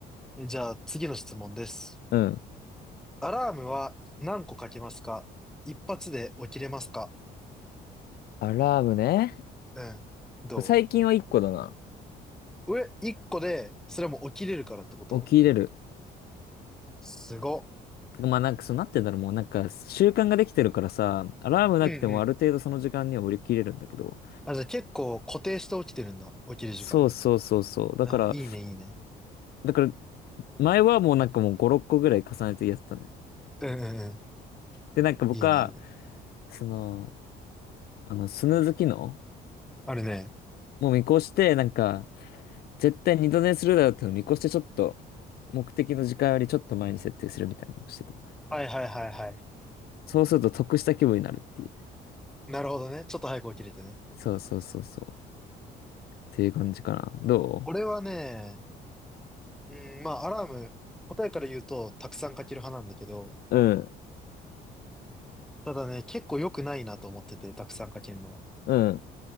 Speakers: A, in the centre; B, on the left (about 65°).
A: えじゃあ次の質問です。
B: うん。
A: アラームは何個かけますか一発で起きれますか
B: アラームね。
A: うん。ど
B: 最近は一個だな。
A: う上、一個で、それも起きれるからってこと
B: 起きれる。
A: すごっ。
B: てかまあなんかそうなってんだろう。もうなんか習慣ができてるからさ、アラームなくてもある程度その時間には起きれるんだけど。
A: うんうん。あ、じゃあ結構固定して起きてるんだ。起きる時間。
B: そうそうそうそう。だから、
A: ああ、いいね、いいね。
B: だから前はもうなんかもう5、6個ぐらい重ねてやってたね。
A: うんうんうん。
B: で、なんか僕は、
A: いいね、いいね。
B: その、あの、スヌーズ機能
A: あるね。
B: もう見越して、なんか、絶対二度寝するだろうってのを見越して、ちょっと、目的の時間よりちょっと前に設定するみたいなのをしてた。
A: はいはいはいはい。
B: そうすると得した気分になるっていう。
A: なるほどね。ちょっと早く起きれてね。
B: そうそうそうそう。っていう感じかな。ど
A: 俺はね、うん、まあ、アラーム、答えから言うと、たくさんかける派なんだけど、
B: ううん、
A: ただね、結構良くないなと思ってて、たくさんかけるの。
B: うん。